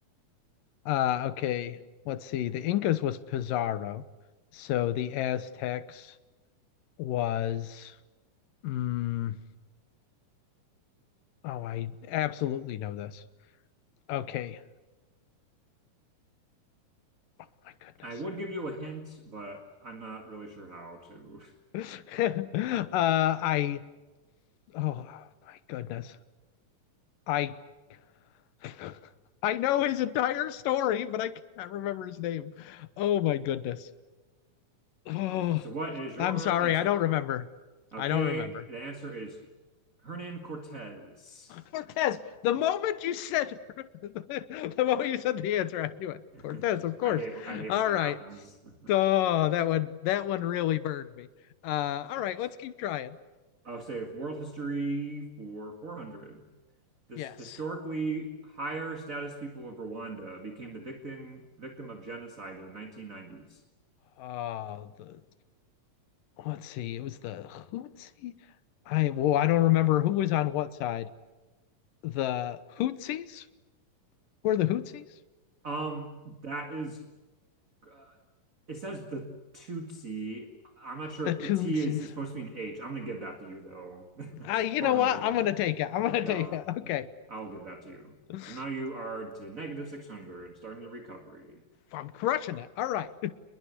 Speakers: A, on the left; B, on the right.
A: Uh, okay. Let's see. The Incas was Pizarro. So the Aztecs was Mm, oh, I absolutely know this. Okay. Oh my goodness.
B: I would give you a hint, but I'm not really sure how to.
A: <laughs> uh, I. Oh my goodness. I. <laughs> I know his entire story, but I can't remember his name. Oh my goodness. Oh,
B: Um, so, what is your
A: I'm sorry.
B: answer?
A: I don't remember.
B: Okay,
A: I don't remember.
B: the answer is Hernan Cortez.
A: Cortez. The moment you said <laughs> the moment you said the answer, I knew it.
B: <laughs>
A: Cortez, of course.
B: I hate when I hate
A: All
B: when that
A: right.
B: happens. <laughs>
A: Oh, that one that one really burned me. Uh, all
B: Right.
A: right, let's keep trying.
B: I'll save world history for 400. This
A: Yes.
B: historically higher status people of Rwanda became the victim victim of genocide in the 1990s.
A: Uh, the let's see. It was the Hootsie. I well, I don't remember who was on what side. The Hootsies were the Hootsies.
B: Um, that is, uh, it says the Tutsi. I'm not sure
A: The
B: if
A: Tootsies.
B: the T is, is supposed to be an H. I'm gonna give that to you though. <laughs>
A: I, you
B: 400.
A: know what? I'm gonna take it. I'm gonna
B: Yeah,
A: take it. Okay.
B: I'll give that to you.
A: <sighs>
B: So now you are to negative 600, starting the recovery.
A: I'm crushing it. All right. <laughs>